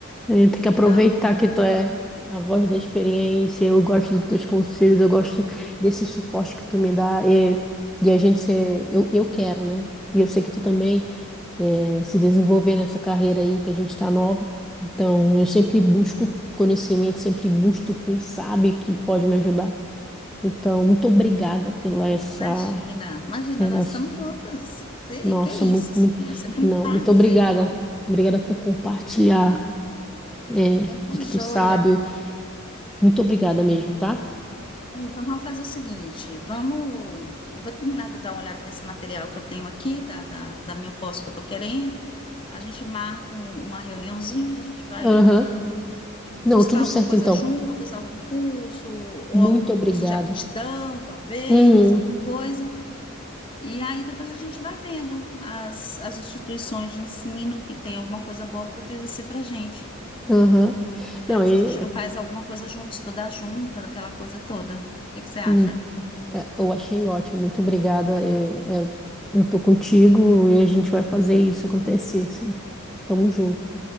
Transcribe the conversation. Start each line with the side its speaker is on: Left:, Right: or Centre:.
Centre: É,
Left: Então,
Centre: tem que aproveitar que tu é a voz da experiência, eu gosto dos teus conselhos, eu gosto desse suporte que tu me dá, e, e a gente ser, eu, eu quero, né? E eu sei que tu também é, se desenvolver nessa carreira aí, que a gente tá nova. Então, eu sempre busco conhecimento, sempre busco quem sabe que pode me ajudar. Então, muito obrigada pela essa,
Left: imagina, imagina,
Centre: pelas,
Left: nós estamos juntas. Sei,
Centre: nossa,
Left: que isso,
Centre: muito,
Left: assim,
Centre: muito,
Left: é sempre um
Centre: não,
Left: prazer.
Centre: muito obrigada. Obrigada por compartilhar é,
Left: Então, tá
Centre: o que tu
Left: joia.
Centre: sabe Muito obrigada mesmo, tá?
Left: Então, vamos fazer o seguinte, vamos... Eu vou terminar de dar uma olhada nesse material que eu tenho aqui, da, da, da minha pós que eu estou querendo. A gente marca um- uma reuniãozinha, a gente vai
Centre: Aham.
Left: buscar
Centre: Não, tudo
Left: alguma
Centre: certo
Left: coisa
Centre: então.
Left: juntas, algum curso, ou
Centre: Muito
Left: algum
Centre: obrigada.
Left: curso de aptidão, talvez,
Centre: Uhum.
Left: alguma coisa. E aí depois a gente vai vendo as, as instituições de ensino que tem alguma coisa boa para oferecer para a gente,
Centre: Aham.
Left: para
Centre: Não,
Left: ver
Centre: é,
Left: se a gente não faz alguma coisa junto, estudar junto, aquela coisa toda. O que que você acha?
Centre: mui- é, eu achei ótimo. Muito obrigada. É, é, eu tô contigo e a gente vai fazer isso acontecer, sim. Tamo junto.